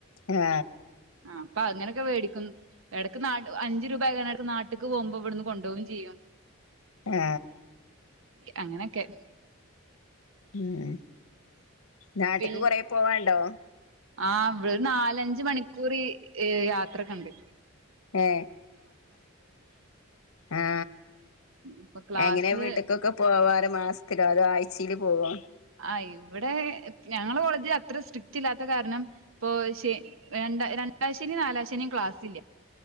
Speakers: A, on the left (about 80°); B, on the right (about 70°).
A: ആ
B: ആ അപ്പ അങ്ങനെ ക്കെ വേടിക്കുന്നു എടക്ക് നാ അഞ്ചു രൂപ ങ്ങണട്ത്ത് നാട്ട്ക്ക് പോവുമ്പോ ഇവട്ന്ന് കൊണ്ടോവും ചെയ്യും
A: ആ
B: അങ്ങനെക്കെ
A: ഉം നട്ട്ക്ക്
B: പിൻ
A: കൊറെ പോവാണ്ടോ
B: ആ ഇവിടെ നാലഞ്ച് മണിക്കൂർ അ് യാത്രക്കെണ്ട്
A: ഏ ആ
B: ഇപ്പൊ ക്ലാസ്
A: എങ്ങനെ വീട്ട്ക്കൊക്കെ പോവാ മാസത്തിലോ അതോ ആയ്ചയില് പോവോ
B: ആ് ഇവടെ ഞങ്ങളെ കോളേജ്ല് അത്ര സ്ട്രിക്ട് ല്ലാത്ത കാരണം ഇപ്പൊ ശെ രണ്ടാ രണ്ടാശനിം നാലാ ശനിം ക്ലാസില്ല